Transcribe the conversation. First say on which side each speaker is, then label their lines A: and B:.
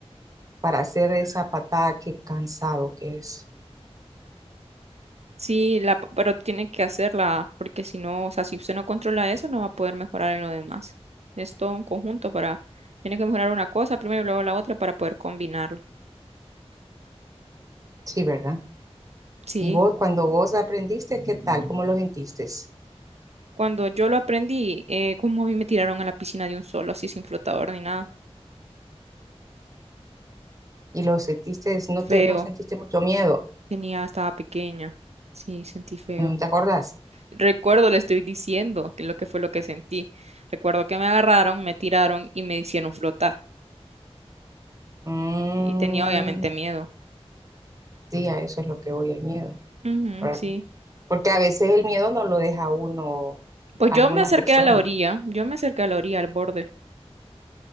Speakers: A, on the right; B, on the right.
A: para hacer esa patada, qué cansado que es.
B: Sí, la, p- pero tiene que hacerla, porque si no, o sea, si usted no controla eso, no va a poder mejorar en lo demás. Es todo un conjunto para, tiene que mejorar una cosa primero y luego la otra para poder combinarlo.
A: Sí, ¿verdad?
B: Sí,
A: Y vos, cuando vos aprendiste, ¿qué tal? ¿Cómo lo sentiste?
B: cuando yo lo aprendí, eh, como a mí me tiraron a la piscina de un solo, así sin flotador ni nada.
A: Y lo sentiste, no te,
B: Feo,
A: no sentiste mucho miedo,
B: tenía, estaba pequeña. Sí, sentí feo.
A: Mm, ¿te acordás?
B: Recuerdo, le estoy diciendo que lo que fue lo que sentí. Recuerdo que me agarraron, me tiraron y me hicieron flotar.
A: Mm,
B: Y tenía obviamente miedo.
A: sí, a eso es lo que voy, el miedo.
B: Ujú,
A: ¿verdad?
B: sí.
A: Porque a veces el miedo no lo deja uno
B: Pues
A: a
B: yo
A: algunas
B: me acerqué
A: personas.
B: a la orilla, yo me acerqué a la orilla, al borde,